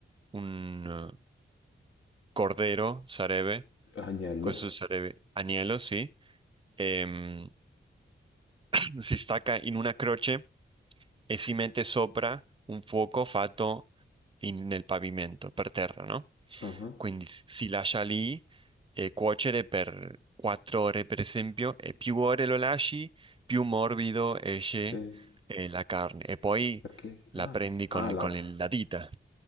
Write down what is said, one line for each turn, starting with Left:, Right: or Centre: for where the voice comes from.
Right: un, Cordero, Sareve,
Left: Agnello?
Right: questo sarebbe agnello, sì. Ehm, <clears throat> si stacca in una croce e si mette sopra un fuoco fatto in- nel pavimento, per terra, no?
Left: Ah,
Right: Quindi s- si lascia lì eh, cuocere per quattro ore, per esempio, e più ore lo lasci, più morbido esce
Left: Sì.
Right: eh, la carne. E poi
Left: Perché?
Right: la
Left: Ah,
Right: prendi con,
Left: ah, la,
Right: con il- la dita.